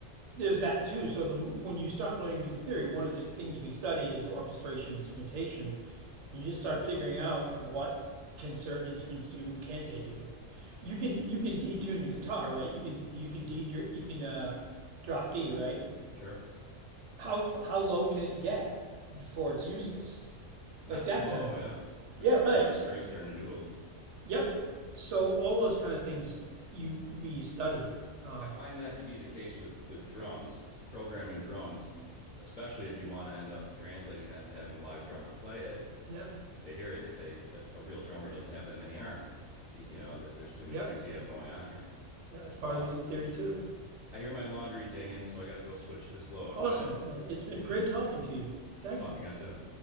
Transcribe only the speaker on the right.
there's that too. So the when you start learning music theory, one of the things we study is orchestration, instrumentation. And you just start figuring out what can certain instruments do and can't they do. You can you can detune the guitar, right? You can you can de you can uh, drop D, right?
How how low can it get before it's useless?
Like that
kind of
thing.
Yeah,
right.
Yep. So all those kind of things you we study. Uh,
yep.
Yep.
Yeah, it's part
of music theory too.
Awesome.
Uh, It's been
great
talking to you. Thank
you.